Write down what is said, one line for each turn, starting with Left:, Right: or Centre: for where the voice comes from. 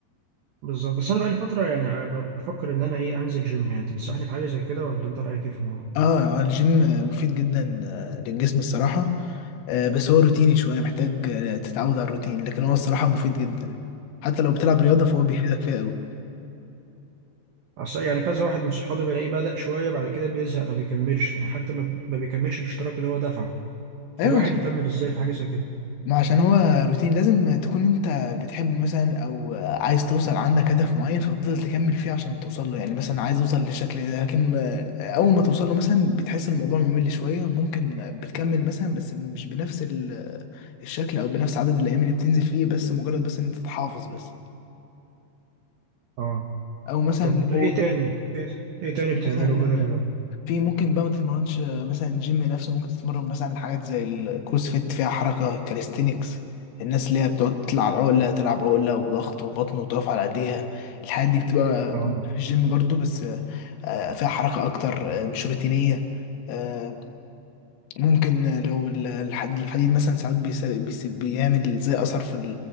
Right: بالظبط بس أنا بقى لي فترة يعني ع- بفكر إن أنا إيه أنزل جيم يعني تنصحني بحاجة زي كده ولا أنت رأيك إيه في الموضوع؟
Left: اه الجيم مفيد جدا آه، للجسم الصراحه آه بس هو روتيني شويه محتاج آه، تتعود على الروتين لكن هو الصراحه مفيد جدا حتى لو بتلعب رياضه فهو بيفيدك فيها قوي
Right: عشان يعني كذا واحد من صحابي بلاقيه بدأ شوية بعد كده بيزهق ما بيكملش يعني حتى ما ما بيكملش الاشتراك اللي هو دفعه فالواحد
Left: ايوه
Right: يكمل ازاي في حاجة زي كده
Left: ما عشان هو روتين لازم تكون انت بتحبه مثلا او عايز توصل عندك هدف معين فتفضل تكمل فيه عشان توصل له يعني مثلا عايز اوصل للشكل ده لكن اول ما توصل له مثلا بتحس الموضوع ممل شوية ممكن بتكمل مثلا بس مش بنفس ال- الشكل او بنفس عدد الايام اللي بتنزل فيه بس مجرد بس ان انت تحافظ بس
Right: اه
Left: او مثلا
Right: طب
Left: لو
Right: ايه تاني ايه, إيه تاني
Left: في
Right: بتعمله
Left: مثلا
Right: غير الرياضة
Left: في ممكن بقى ما تتمرنش مثلا جيم نفسه ممكن تتمرن مثلا حاجات زي الكروس فيت فيها حركة كاليستينكس الناس اللي هي بتقعد تطلع عقلة تلعب عقلة وضغط وبطن وتقف على ايديها الحاجات دي بتبقى
Right: اه
Left: في الجيم برضو بس آه، فيها حركة اكتر آه، مش روتينية آه، ممكن لو ال- الحد- الحديد مثلا ساعات بيس- بيس- بيعمل زي اثر في